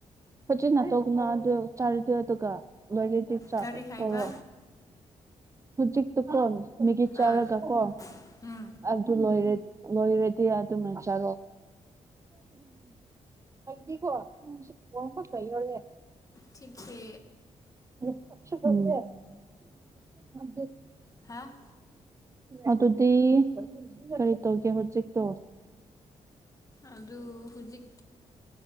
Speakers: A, on the right; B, on the left.
A: ꯍꯣꯆꯤꯟ ꯅꯥꯇꯧꯒꯅ ꯑꯗꯨ ꯆꯥꯔꯗ ꯑꯗꯨꯒ ꯂꯣꯏꯔꯗꯤ
B: ꯀꯔꯤ ꯍꯥꯏꯕ
A: ꯇꯧꯔꯑꯣ ꯍꯧꯖꯤꯛ ꯇꯨ ꯐꯣꯟ ꯃꯤꯒꯤꯠ ꯆꯥꯔꯒ
B: ꯑꯣꯏ
A: ꯀꯣ
B: ꯎꯝ
A: ꯑꯗꯨ ꯂꯣꯏ ꯂꯣꯏꯔꯗꯤ ꯑꯗꯨꯃꯥꯏꯅ ꯔꯣꯗꯤꯀꯣ ꯋꯥꯈꯛꯇ ꯌꯧꯔꯦ
B: ꯊꯤꯈꯦ
A: <unintelligible>
B: ꯍꯥ
A: ꯑꯗꯨꯗꯤ ꯀꯔꯤ ꯇꯧꯒꯦ ꯍꯧꯖꯤꯛꯇꯣ
B: ꯑꯗꯨ ꯍꯧꯖꯤꯛ